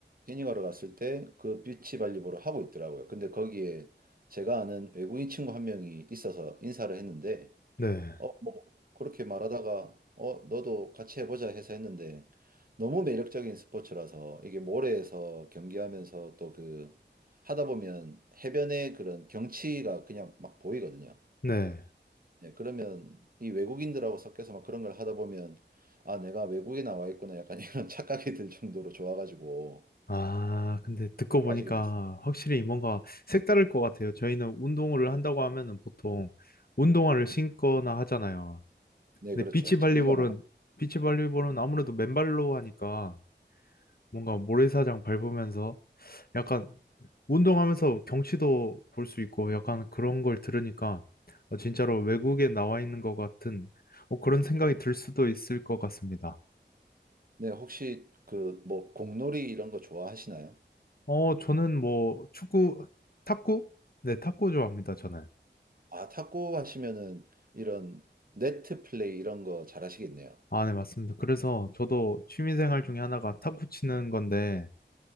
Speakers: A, on the right (about 50°); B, on the left (about 55°).
A: 태닝하러 갔을 때 그 비치 발리볼을 하고 있더라고요. 근데 거기에 제가 아는 외국인 친구 한 명이 있어서 인사를 했는데
B: 네,
A: 어, 뭐 그렇게 말하다가 어, 너도 같이 해보자 해서 했는데 너무 매력적인 스포츠라서 이게 모래에서 경기하면서 또 그 하다 보면 해변의 그런 경치가 그냥 막 보이거든요.
B: 네.
A: 네, 그러면 이 외국인들하고 섞여서 막 그런 걸 하다 보면 아, 내가 외국에 나와 있구나 약간 이런 <laughs> 착각이 들 정도로 좋아가지고
B: 아, 근데 듣고
A: 네, 빠지게
B: 보니까
A: 됐어요.
B: 확실히 뭔가 색다를 것 같아요. 저희는 운동을 한다고 하면은 보통 운동화를 신거나 하잖아요.
A: 네,
B: 근데
A: 그렇죠.
B: 비치발리볼은,
A: 장비가 많아.
B: 비치발리볼은 아무래도 맨발로 하니까 뭔가 모래사장 밟으면서 약간 운동하면서 경치도 볼 수 있고 약간 그런 걸 들으니까 어, 진짜로 외국에 나와 있는 것 같은 어, 그런 생각이 들 수도 있을 것 같습니다.
A: 네, 혹시 그 뭐 공놀이 이런 거 좋아하시나요?
B: 어, 저는 뭐 축구, 탁구? 네, 탁구 좋아합니다, 저는.
A: 아, 탁구 하시면은 이런 네트 플레이 이런 거 잘하시겠네요.
B: 아, 네, 맞습니다. 그래서 저도 취미생활 중에 하나가 탁구 치는 건데,